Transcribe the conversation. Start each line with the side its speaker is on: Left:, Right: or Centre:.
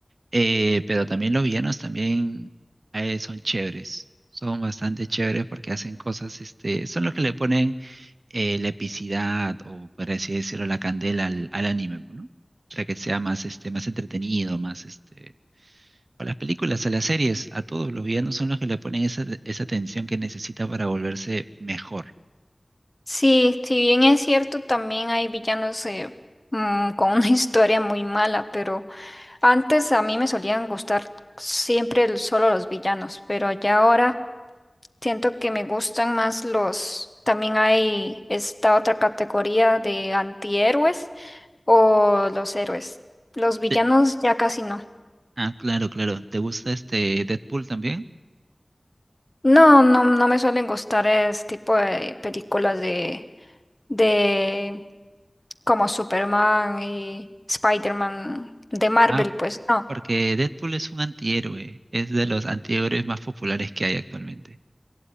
Right: Eh, pero también los villanos también eh, son chéveres, son bastante chéveres porque hacen cosas, este, son los que le ponen eh, la epicidad o, por así decirlo, la candela al, al anime, ¿no? Para que sea más, este, más entretenido, más, este, a las películas, a las series, a todos los villanos son los que le ponen esa, esa tensión que necesita para volverse mejor.
Left: Sí, si bien es cierto, también hay villanos eh, mm, con una <laughs> historia muy mala, pero antes a mí me solían gustar siempre el- solo los villanos, pero ya ahora siento que me gustan más los... También hay esta otra categoría de antihéroes o los héroes. Los villanos
Right: Te-
Left: ya casi no.
Right: ah, claro, claro. ¿Te gusta este Deadpool también?
Left: No, no, no me suelen gustar ese tipo de películas de... de como Superman y Spider-Man de Marvel,
Right: Ah,
Left: pues no.
Right: Porque Deadpool es un antihéroe, es de los antihéroes más populares que hay actualmente.